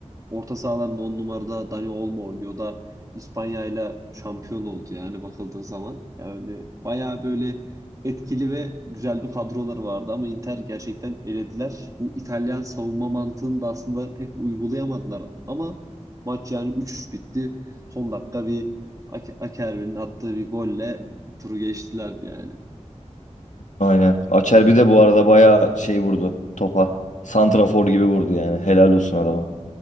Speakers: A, on the right; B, on the left.
A: orta sahaların 10 numarada Dani Olmo oynuyor da İspanya ile şampiyon oldu yani bakıldığı zaman. Yani bayağı böyle etkili ve güzel bir kadroları vardı ama Inter gerçekten elediler. Bu İtalyan savunma mantığını da aslında pek uygulayamadılar ama maç yani 3-3 bitti. Son dakika bir Ak- Akerbi'nin attığı bir golle turu geçtilerdi yani.
B: Aynen. Acerbi de bu arada bayağı şey vurdu topa. Santrafor gibi vurdu yani. Helal olsun adama.